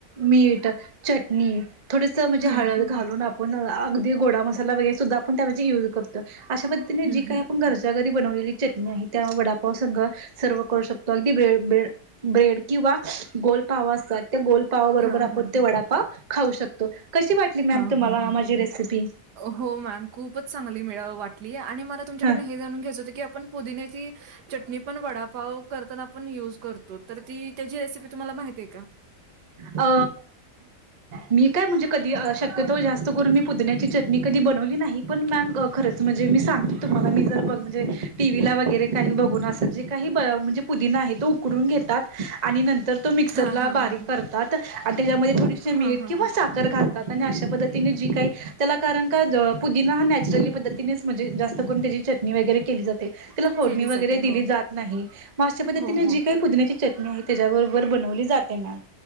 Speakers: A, on the right (about 35°); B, on the right (about 75°).
A: मीठ चटणी थोडस म्हणजे
B: हम्म
A: हळद
B: हम्म हम्म
A: घालून आपण अगदी गोडा मसाला वगैरे सुद्धा आपण त्या ऐवजी म्हणे युज कर अशा पद्धतीने
B: हम्म
A: जी
B: हम्म हम्म
A: काही आपण घरच्या घरी बनवलेली चटणी आहे त्या वडापाव संघ सर्व करू शकतो अगदी ब्रेे ब्रेड ब्रेड किंवा गोलपाव असतात त्या गोलपावा बरोबर
B: हां
A: आपण
B: हां हां
A: ते वडापाव खाऊ शकतो. कशी वाटली मॅम
B: हां
A: तुम्हाला
B: हां
A: माझी रेसिपी.
B: हो मॅम खूपच चांगली मीळ वाटली आणि मला तुमच्याकडन
A: हा
B: हे जाणून घ्यायचं होत की आप पण पुदिन्याची चटणी पण वडापाव करताना आपण युज कर तो तर ती त्याची रेसिपी तुम्हाला माहतीे आहे का?
A: अ मी काय म्हणजे अ शक् तो जास्त करून मी पुदिन्याची चटणी कधी बनवली नाही पण मॅम खरंच म्हण जे मी सांगते तुम्हाला मी जर बघ म्हणजे टीव्हीला वगैरे काही बघून अस जे काही ब म्हणजे पुदीन आहे तो उकडून घेतात आणि नंतर तो मिक्सरला
B: हां हां
A: बारीक
B: हां हां
A: करतात आणि त्याच्यामध्ये थोडी शी मीठ
B: हां हां
A: किंवा
B: हां
A: साखर घालतात. आणि अशा पद्धतीने जी काही त्याला कारण का द पुदिना हा नॅचरली पद्धतीनेच म्हणजे जास्त करून त्याची चटणी वगैरे केली जाते. त्याला फोडणी
B: केली
A: वगैरे
B: जाते
A: दिली
B: हो
A: जात नाही अशा पद्धतीने
B: हो हो
A: जी काही पुदिन्याची चटणी आहे त्याच्याबरोबर बनवली जाते मॅम